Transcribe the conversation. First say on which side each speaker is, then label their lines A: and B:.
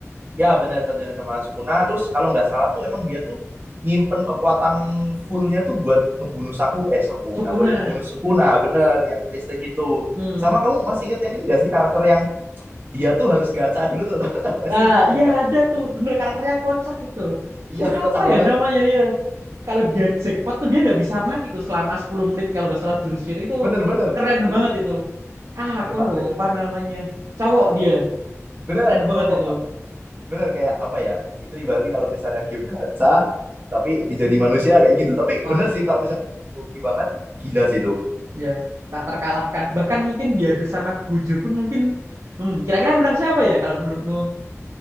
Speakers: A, on the right; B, on the right.
A: Ya bener satu zaman sama Sukuna. Terus kalau nggak salah tuh emang dia tuh nyimpen kekuatan fullnya tuh buat ngebunuh Saku eh Sakuna
B: Sukuna
A: buat ngebunuh Sukuna bener yang listrik itu
B: hmm
A: sama kamu masih inget yang ini gak sih karakter yang dia tuh harus gacha dulu tuh <laughs> tau tau gak
B: ah
A: sih yang
B: iya
A: gak
B: ada tuh bener karakternya kocak itu
A: iya
B: siapa
A: kocak
B: ya
A: banget
B: namanya ya kalau dia jackpot tuh dia nggak bisa mati tuh selama 10 menit kalau nggak salah jurusnya itu itu
A: bener
B: itu
A: bener
B: keren
A: It-
B: banget itu Ah,
A: bener
B: aku
A: pak
B: lupa
A: itu
B: namanya. Cowok dia.
A: bener
B: Keren banget
A: cowok
B: itu.
A: bener kayak apa ya itu ibaratnya kalau misalnya game gacha tapi dijadi manusia kayak gitu tapi
B: Wah,
A: bener sih kalau misalnya hoki banget gila sih itu
B: ya. Tak terkalahkan. Bahkan mungkin diadu sama Gojo pun mungkin... Hmm, kira-kira menang siapa ya kalau menurutmu?